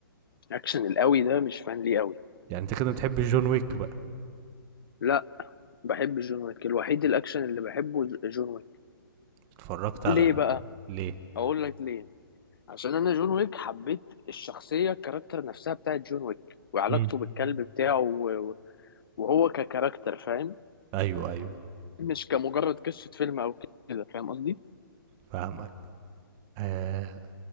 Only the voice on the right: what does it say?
يعني أنت كده ما بتحبش John Wick بقى.
اتفرجت على
ال...
ليه
امم
ايوه ايوه
فاهمك آه